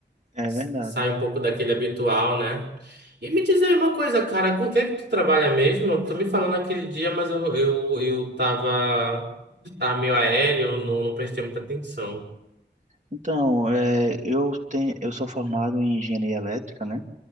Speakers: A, on the right; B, on the right.
A: É
B: S-
A: verdade.
B: Sai um pouco daquele habitual, né? E me diz aí uma coisa, cara, com quem que tu trabalha mesmo? Tu me falou naquele dia, mas eu, eu, eu tava, tava meio aéreo, não, não prestei muita atenção.
A: Então, eh, eu tenho, eu sou formado em engenharia elétrica, né?